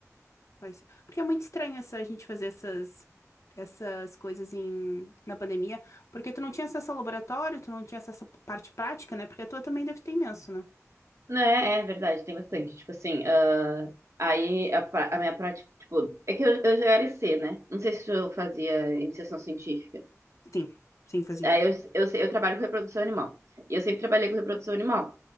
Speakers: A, on the left; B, on the right.
A: pois Porque é muito estranho essa, a gente fazer essas, essas coisas em, na pandemia, porque tu não tinha acesso ao laboratório, tu não tinha acesso à parte prática, né? Porque a tua também deve ter imenso, né?
B: Né, é é verdade, tem bastante. Tipo assim, ah, aí a, pra- a minha prática, tipo, é que eu, eu já era IC, né? Não sei se eu fazia iniciação científica.
A: Sim, sim, fazia.
B: Aí eu, eu, sei- eu trabalho com reprodução animal. E eu sempre trabalhei com reprodução animal.